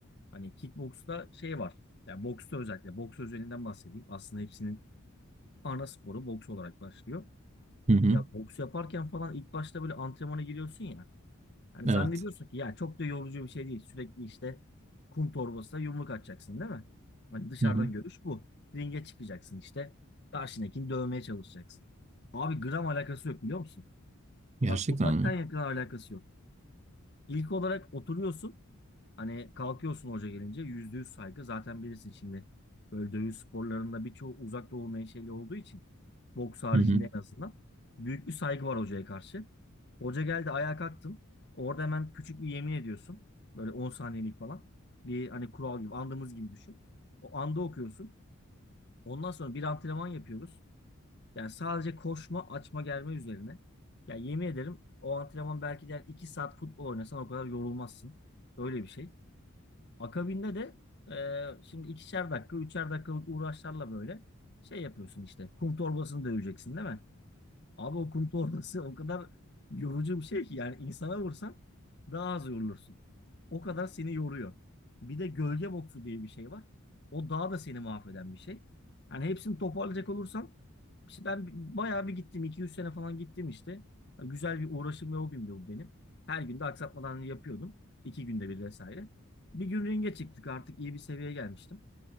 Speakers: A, on the left; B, on the right.
A: Hani kickboksta şey var. Yani boksta özellikle. Boks özelinden bahsedeyim. Aslında hepsinin ana sporu boks olarak başlıyor.
B: Hı hı.
A: Ya boks yaparken falan ilk başta böyle antrenmana giriyorsun ya. Hani
B: Evet.
A: zannediyorsun ki ya çok da yorucu bir şey değil. Sürekli işte kum torbasına yumruk atacaksın değil mi? Hani dışarıdan
B: Hı hı.
A: görüş bu. Ringe çıkacaksın işte. Karşındakini dövmeye çalışacaksın. Abi gram alakası yok biliyor musun?
B: Gerçekten
A: Bak uzaktan
B: mi?
A: yakın alakası yok. İlk olarak oturuyorsun. Hani kalkıyorsun hoca gelince. Yüzde yüz saygı. Zaten bilirsin şimdi. Böyle dövüş sporlarında birçoğu uzak doğu menşeli olduğu için. Boks haricinde
B: Hı hı.
A: en azından. Büyük bir saygı var hocaya karşı. Hoca geldi ayağa kalktın. Orada hemen küçük bir yemin ediyorsun. Böyle 10 saniyelik falan. Bir hani kural gibi andımız gibi düşün. O anda okuyorsun. Ondan sonra bir antrenman yapıyoruz. Yani sadece koşma, açma, germe üzerine. Ya yemin ederim o antrenman belki de yani 2 saat futbol oynasan o kadar yorulmazsın. Öyle bir şey. Akabinde de e, şimdi ikişer dakika, üçer dakikalık uğraşlarla böyle şey yapıyorsun işte. Kum torbasını döveceksin değil mi? Abi o kum torbası o kadar yorucu bir şey ki yani insana vursan daha az yorulursun. O kadar seni yoruyor. Bir de gölge boksu diye bir şey var. O daha da seni mahveden bir şey. Hani hepsini toparlayacak olursam işte ben bayağı bir gittim. iki üç sene falan gittim işte. Yani güzel bir uğraşım ve hobimdi bu benim. Her gün de aksatmadan yapıyordum. iki günde bir vesaire. Bir gün ringe çıktık artık iyi bir seviyeye gelmiştim.